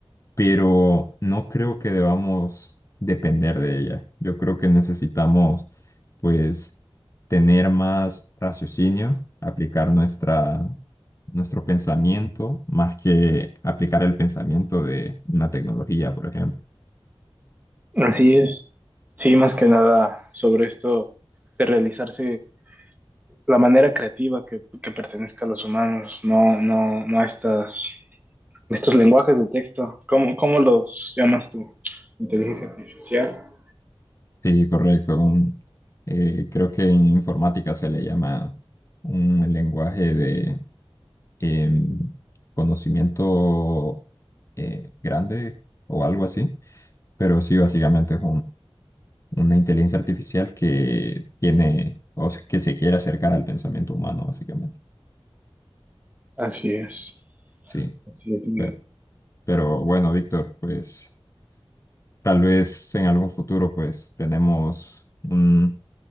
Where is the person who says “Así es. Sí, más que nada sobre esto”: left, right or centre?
Right